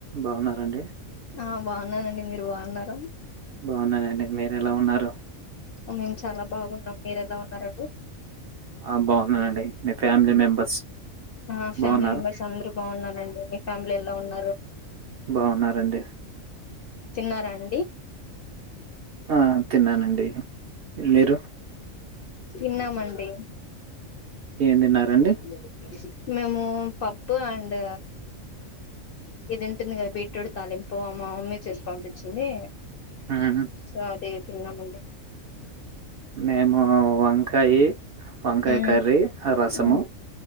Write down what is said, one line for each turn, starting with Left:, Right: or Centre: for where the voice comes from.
Right: బాగున్నార అండి
Left: ఆ బాగున్నానండి మీరు బాగున్నారా
Right: బాగున్నానండి మీర్ ఎలా ఉన్నారు
Left: మేము చాలా బాగున్నాం మీరు ఎలా ఉన్నారండి
Right: ఆ బాగున్నానండి మీ ఫ్యామిలీ
Left: హ్మ్మ్
Right: మెంబర్స్
Left: మా ఫ్యామిలీ
Right: బాగున్నారు
Left: మెంబెర్స్ అందరు బాగున్నారండి ఫ్యామిలీ ఎలా ఉన్నారు
Right: బాగున్నారండి
Left: తిన్నారా అండి
Right: ఆ తిన్నానండి మీరు
Left: తిన్నమండి
Right: ఏం తిన్నారండి
Left: <unintelligible> మేము పప్పు ఆండ్ ఇది ఉంటుంది కదా బీట్రూట్ తాలింపు మా మమ్మీ చేసి పంపించింది
Right: మ్మ్
Left: సో అది తిన్నామండి
Right: మేము వంకాయి వంకాయ
Left: ఉమ్
Right: కర్రీ రసము
Left: ఉమ్